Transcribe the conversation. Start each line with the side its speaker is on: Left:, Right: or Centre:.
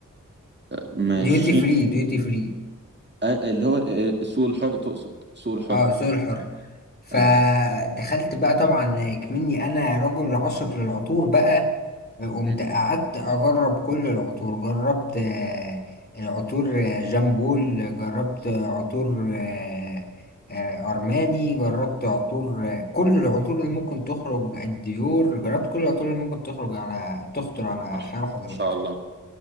Right: ماشي
Left: ديوتي فري ديوتي فري
Right: آه اللي هو آه السوق الحر تقصد سوق الحر
Left: اه سوق الحر فدخلت
Right: ايوه
Left: بقى طبعا كمني انا رجل عاشق للعطور بقى قمت
Right: مم.
Left: قعدت اجرب كل العطور جربت آه، العطور آه، جامبول جربت عطور آه، آه، ارماني جربت عطور آه، كل العطور اللي ممكن تخرج الديور جربت كل العطور اللي ممكن تخرج على تخطر على
Right: ما شاء
Left: خيال
Right: ما
Left: حضرتك
Right: شاء الله